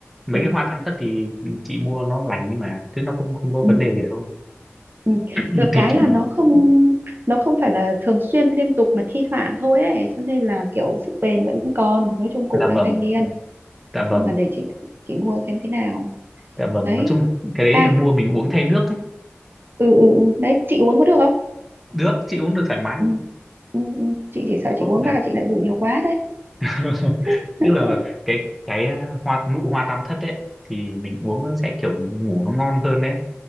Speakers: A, in the centre; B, on the right.
A: mấy
B: ừ,
A: cái hoa tam thất thì chị mua nó lành nhưng mà chứ nó không không có
B: ừ,
A: vấn đề gì đâu
B: ừ.
A: Ừ,
B: được
A: thì
B: cái
A: kiểu
B: là
A: mình
B: nó không nó không phải là thường xuyên liên tục mà thi thoảng thôi ấy cho nên là kiểu sức bền vẫn còn nói chung cụ
A: dạ
B: đang
A: vâng
B: thanh niên
A: dạ vâng
B: nhưng mà để chị chị mua xem thế nào
A: dạ vâng
B: đấy
A: nói chung là cái đấy
B: à
A: thì mua mình uống thay nước ấy
B: ừ ừ ừ. đấy chị uống có được không
A: được chị uống được thoải mái
B: ừ. Ừ, ừ. chị chỉ
A: nó
B: sợ chị
A: tốt
B: uống
A: mà
B: vào chị lại ngủ nhiều quá thôi
A: <laughs>
B: <laughs>
A: tức là cái cái à, hoa nụ hoa tam thất ấy thì mình uống nó sẽ kiểu ngủ nó ngon hơn đấy